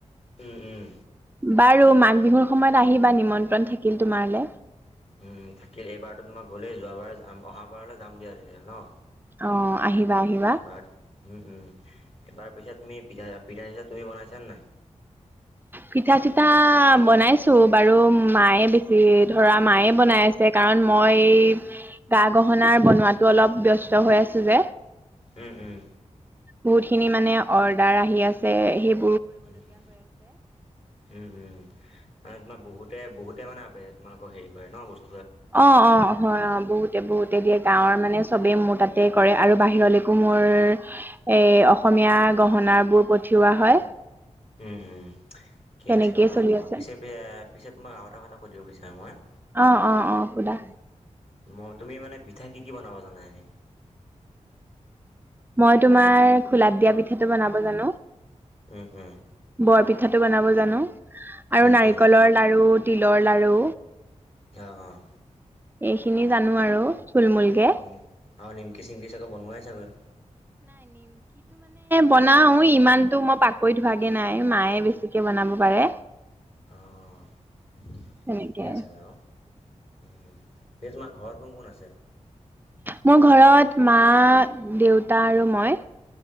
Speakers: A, on the left; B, on the right.
A: উম উম উম
B: বাৰু মাঘ বিহুৰ সময়ত আহিবা নিমন্ত্ৰণ থাকিল তোমাৰলে।
A: উ থাকিল এইবাৰতো তোমাৰ গ'লেই যোৱাবাৰ যাম অহাবাৰলৈ যাম দিয়া এনে ন'।
B: অ, আহিবা আহিবা।
A: এইবাৰ উম, উম এইবাৰ পিছে তুমি পিঠা, পিঠা চিঠা তুমি বনাইছানে নাই।
B: পিঠা-চিঠা বনাইছো বাৰু মায়ে বেছি ধৰা মায়ে বনাই আছে কাৰণ মই এই গা-গহনাৰ বনোৱাতো অলপ ব্যস্ত হৈ আছো যে।
A: উম, উম।
B: বহুত খিনি মানে অৰ্ডাৰ আহি আছে সেই
A: উ, উ উম উম তোমাৰ বহুতে বহুত তে মানে তোমালোক হেৰি কৰে ন বস্তু।
B: অ, অ, হয় অ' বহুতে বহুতে দিয়ে গাঁৱৰ মানে। চবেই মোৰ তাতে কৰে আৰু বাহিৰলৈকো মোৰ এ অসমীয়া গহন বোৰ প পঠিওৱা হয়।
A: উম, ঠিকে
B: তেনেকেই
A: আছে বাৰু
B: চলি আছে
A: পি পিছে তোমাক আৰু এটা কথা কৈ দিব বিচাৰো মই।
B: অ, অ, অ' সোধা।
A: ম তুমি মানে পিঠা কি কি বনাবা জানা এনে।
B: মই তোমাৰ খোলাত দিয়া পিঠাটো বনাব জানো।
A: উম, উম।
B: বৰপিঠাটো বনাব জানো আৰু
A: উম,
B: নাৰিকলৰ
A: উম,
B: লাৰু তিলৰ লাৰু।
A: অঁ অঁ।
B: এইখিনি জানোঁ আৰু। থুলমূলকে
A: উম, আৰু নিমকি, চিমকি চাগৈ বনোৱাই চাগৈ।
B: বনাওঁ ইমানতো মই পাকৈত হোৱাগে নাই, মায়ে বেছিকে বনাব পাৰে।
A: অ', ঠিকে
B: তেনেকে
A: আছে বাৰু। উম, এই তোমাৰ ঘৰ কোন, কোন আছে?
B: মোৰ ঘৰত মা, দেউতা আৰু মই।